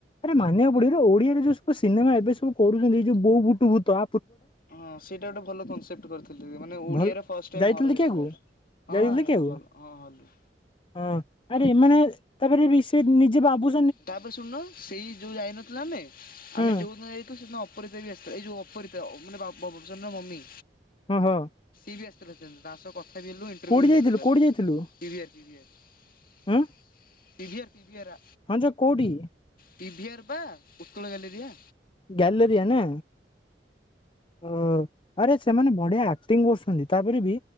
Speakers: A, on the left; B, on the left.
A: ଆରେ ମାନିବା ପଡିବ ଓଡିଆରେ ଯୋଉ ସବୁ ସିନେମା ଏବେ ସବୁ କରୁଛନ୍ତି ଯୋଉ ବୋଉ ବୁଟୁଭୂତ
B: ହଁ ସେଇଟା ଗୋଟେ ଭଲ କେପ୍ଟ କରିଥିଲ ମାନେ ଓଡିଆ
A: ଭଲ
B: ଫାର୍ଷ୍ଟ
A: ଯାଇଥିଲୁ
B: ହଲ ରେ
A: ଦେଖିବାକୁ
B: ହେଇଥିଲା
A: ଯାଇଥିଲୁ
B: ହଁ
A: ଦେଖିବାକୁ
B: ହଁ ଲ ରେ
A: ହଁ ଆରେ ମାନେ ତାପରେ ବିଷୟ ନିଜେ ବାବୁ
B: ତାପରେ ଶୁଣନ ସେଇ ଯୋଉ ଯାଇନଥିଲୁ ଆମେ
A: ହଁ
B: ଆମେ ଯୋଉ ନ ଯାଇଥିଲୁ ସେଦିନ ଅପରୀତା ବି ଆସିଥିଲା ଏଇ ଯୋଉ ଅପରୀତାପ ବାବୁସାନ ର ମମି
A: ହଁ ହଁ
B: ଆସିଥିଲେ ତାଙ୍କ ସହ କ <unintelligible>
A: କୋଉଠି ଯାଇଥିଲୁ କୋଉଠି ଯାଇଥିଲୁ
B: ପିଭି ପିଭିଁଏରା
A: ଉଁ ହଁ ଜ କୋଉଠି?
B: ପିଭିିଆର୍ ବା ଉତ୍କଳ ଗାଲେରିଆ
A: ଗ୍ୟାଲେରିଆ ନା? ହୁଁ ଆରେ ସେମାନେ ବଢିଆ ଆକ୍ଟିଂ କରୁଛନ୍ତି ତାପରେ ବି